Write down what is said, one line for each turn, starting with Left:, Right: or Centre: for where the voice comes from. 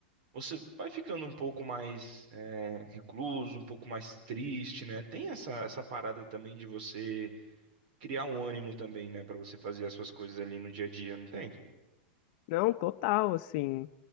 Right: você vai ficando um pouco mais é, recluso, um pouco mais triste, né? Tem essa, essa parada também de você criar um ânimo também, né, Pra você fazer as suas coisas ali no dia a dia, não tem?
Left: Não, total, assim.